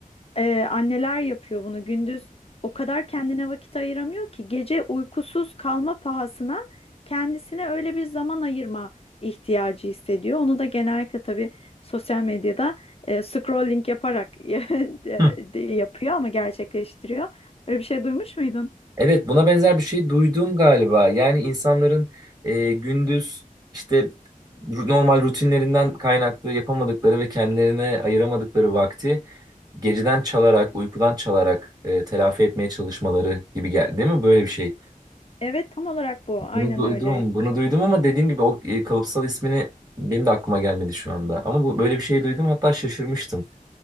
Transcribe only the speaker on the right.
Hı.
Evet, buna benzer bir şey duydum galiba. Yani insanların e, gündüz işte ru- normal rutinlerinden kaynaklı yapamadıkları ve kendilerine ayıramadıkları vakti geceden çalarak, uykudan çalarak e, telafi etmeye çalışmaları gibi geldi, değil mi? Böyle bir şey.
Bunu duydum,
bunu duydum ama dediğim gibi o e, kalıpsal ismini benim de aklıma gelmedi şu anda. Ama bu böyle bir şey duydum, hatta şaşırmıştım.